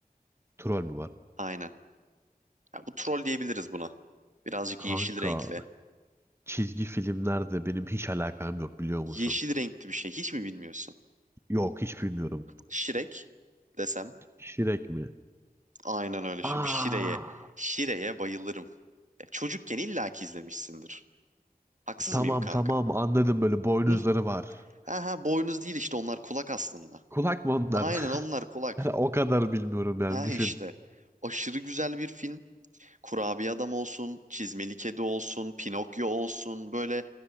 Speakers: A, on the right; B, on the right.
A: Troll mü var?
B: Aynen. Ya bu troll diyebiliriz buna. Birazcık
A: Kanka
B: yeşil renkli.
A: çizgi filmlerde benim hiç alakam yok biliyor musun?
B: Yeşil renkli bir şey. Hiç mi bilmiyorsun?
A: Yok hiç bilmiyorum.
B: Şirek desem.
A: Şirek mi?
B: Aynen öyle. Şi-
A: Aa,
B: Bir Şire'ye. Şire'ye bayılırım. Ya çocukken illaki izlemişsindir. Haksız
A: tamam
B: mıyım kanka?
A: tamam anladım böyle boynuzları
B: Hı.
A: var.
B: Aha boynuz değil işte onlar kulak aslında.
A: Kulak mı onlar?
B: Aynen
A: <laughs>
B: onlar kulak.
A: Yani O kadar bilmiyorum yani
B: Ha
A: düşün.
B: işte. Aşırı güzel bir film. Kurabiye adam olsun, çizmeli kedi olsun, Pinokyo olsun böyle